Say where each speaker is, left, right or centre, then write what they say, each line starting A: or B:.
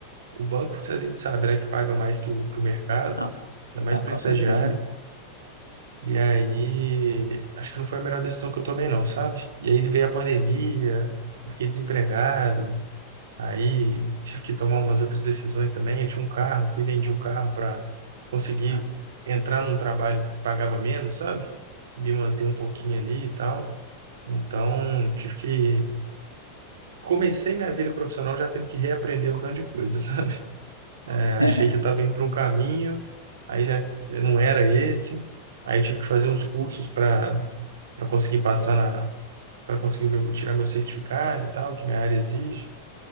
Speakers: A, on the right (about 60°); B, on the right (about 85°).
A: O banco, a gente sabe, né, que paga mais que o, que o mercado,
B: Não,
A: ainda mais
B: ah,
A: para
B: com
A: estagiário.
B: certeza.
A: E aí, acho que não foi a melhor decisão que eu tomei, não, sabe? E aí veio a pandemia, eu fiquei desempregado, aí tive que tomar umas outras decisões também. Eu tinha um carro, fui vendi o carro para conseguir entrar num trabalho que pagava menos, sabe? E me manter um pouquinho ali e tal. Então, tive que. Comecei minha vida profissional já tendo que reaprender um tanto de coisa, <laughs> sabe?
B: <laughs>
A: Achei que eu estava indo para um caminho, aí já não era esse. Aí eu tive que fazer uns cursos para para conseguir passar na para conseguir o meu, tirar meu certificado e tal, que minha área exige.